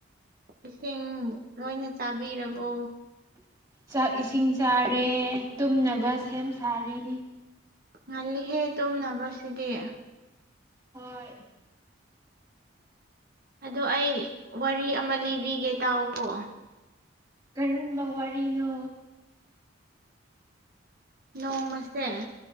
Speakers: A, on the right; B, on the right.
A: ꯏꯁꯤꯡ ꯂꯣꯏꯅ ꯆꯥꯕꯤꯔꯕꯣ
B: ꯆꯥꯛ ꯏꯁꯤꯡ ꯆꯥꯔꯦ ꯇꯨꯝꯅꯕ ꯁꯦꯝ ꯁꯥꯔꯤ
A: ꯉꯜꯂꯤꯍꯦ ꯇꯨꯝꯅꯕꯁꯤꯗꯤ
B: ꯍꯣꯏ
A: ꯑꯗꯣ ꯑꯩ ꯋꯥꯔꯤ ꯑꯃ ꯂꯤꯕꯤꯒꯦ ꯇꯥꯎꯀꯣ
B: ꯀꯔꯝꯕ ꯋꯥꯔꯤꯅꯣ
A: ꯅꯣꯡꯃꯁꯦ